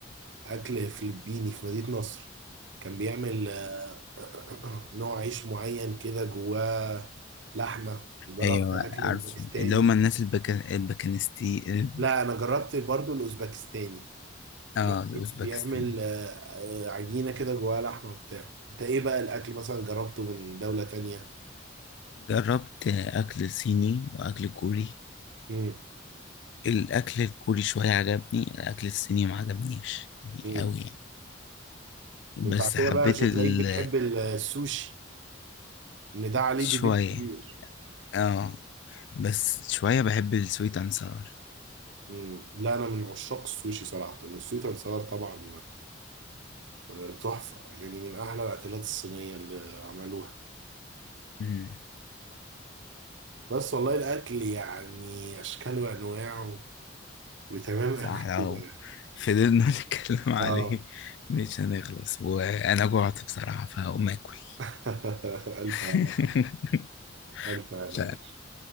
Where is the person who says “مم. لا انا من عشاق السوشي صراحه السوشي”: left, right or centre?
Right